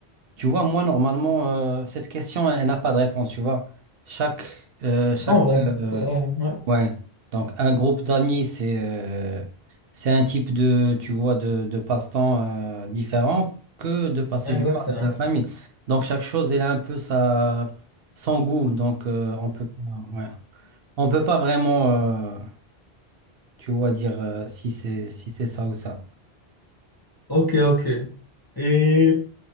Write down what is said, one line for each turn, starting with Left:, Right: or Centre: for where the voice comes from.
Right: tu vois, moi, normalement, euh, cette question, elle, elle n'a pas de réponse, tu vois. Chaque, euh, chaque,
Left: En vrai,
Right: euh,
Left: c'est vrai, ouais,
Right: ouais. Donc, un groupe d'amis, c'est, euh, c'est un type de, tu vois, de, de passe-temps, euh, différent que de passer
Left: Ouais,
Right: du
Left: exact,
Right: temps
Left: c'est
Right: avec
Left: vrai.
Right: la famille. Donc, chaque chose, elle a un peu sa, son goût. Donc, euh, on peut, pas- ouais. On peut pas vraiment, euh, tu vois, dire euh, si c'est si c'est ça ou ça.
Left: Ok, ok. Et